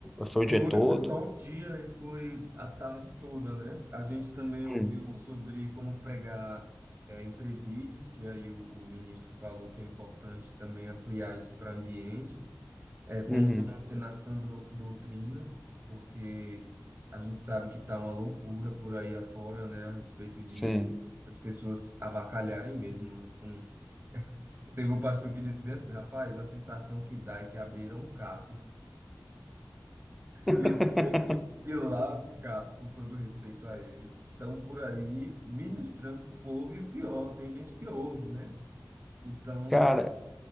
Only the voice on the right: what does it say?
Foi,
foi só um dia e foi a tarde toda, né? A gente também ouviu
sobre como pregar eh, em presídios, que aí o, o ministro falou que é importante também ampliar isso para ambiente, é, como
se manter na sã dro- doutrina, porque a gente sabe que tá uma loucura por aí afora, né, a respeito de
as pessoas avacalharem mesmo. Um, teve um pastor que disse bem assim, rapaz, a sensação que dá é que abriram CAPs.
E <laughs> de lá do CAPS, com todo respeito a eles, estão por aí ministrando pro povo e o pior, tem gente que ouve, né? Então,